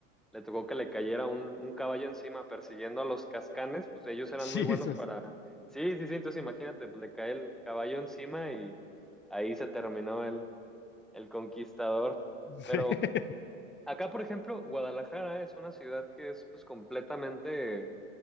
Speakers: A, in the centre; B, on the left.
A: Le tocó que le cayera un, un caballo encima persiguiendo a los cascanes, pues ellos eran
B: Jesus.
A: muy buenos para... Sí, sí, sí, entonces imagínate, pues, le cae el caballo encima y ahí se terminó el, el conquistador.
B: Sí.
A: Pero
B: <laughs>
A: Acá, por ejemplo, Guadalajara es una ciudad que es pues, completamente,